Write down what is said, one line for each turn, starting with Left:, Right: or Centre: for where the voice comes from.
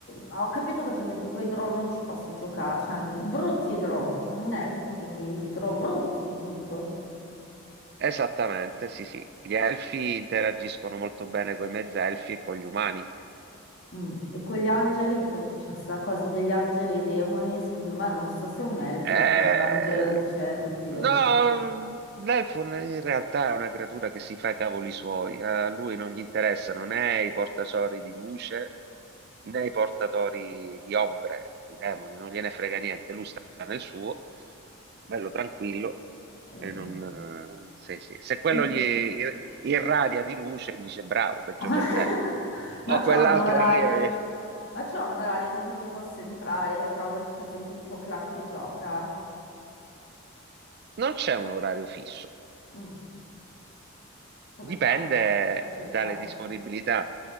Left: Ho capito che per esempio con i draw non ci posso giocare, cioè non- brutti i draw, sono un elfo quindi i draw brutti, giusto?
Right: Esattamente, sì, sì. Gli elfi interagiscono molto bene con i mezzelfi e con gli umani.
Left: Mm, E con gli angeli, perché qui c'è sta cosa degli angeli e i demoni, secondo me non lo so se un elfo
Right: Eh,
Left: vede un angelo e dice, oddio.
Right: no,
Left: Mm.
Right: l'elfo in realtà è una creatura che si fa i cavoli suoi, a lui non gli interessano né i portasori di luce né i portatori di ombre, i demoni, non gliene frega niente, lui sta nel suo, bello tranquillo,
Left: Eh,
Right: e
Left: vabbè.
Right: non, eh, sì, sì. Se quello
Left: Ehm,
Right: gli ir- irradia di luce, dice bravo, peggio
Left: <laughs>
Right: per te.
Left: Ma
Right: O
Left: c'è
Right: quell'altro
Left: un orario,
Right: arriva e-
Left: ma c'è un orario in cui io posso entrare? Trovo il- per esempio il tuo clan che gioca?
Right: Non c'è un orario fisso,
Left: Mm, Come
Right: dipende
Left: faccio a cercare?
Right: dalle disponibilità,